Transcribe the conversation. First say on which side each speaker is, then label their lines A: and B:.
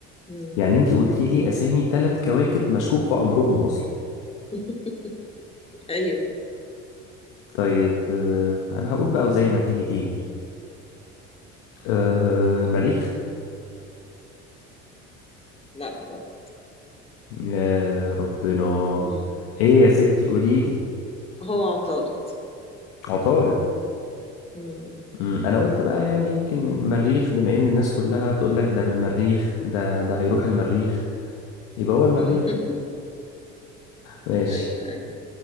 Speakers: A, on the left (about 15°); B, on the left (about 70°).
A: مم.
B: يعني انتي قلتي لي اسامي ثلاث كواكب مشكوك في امرهم اصلا
A: <laughs> ايوه
B: طيب آه، انا هقول بقى وزي ما تيجي تيجي أه المريخ
A: لا غلط
B: يا ربنا
A: مم.
B: ايه يا ستي قولي لي
A: هو عطارد
B: عطارد
A: مم.
B: مم، انا قلت بقى يعني يمكن المريخ بما ان الناس كلها تقول لك ده بالمريخ ده ده هيروح المريخ يبقى هو المريخ
A: <laughs>
B: ماشي
A: ايوه ايوه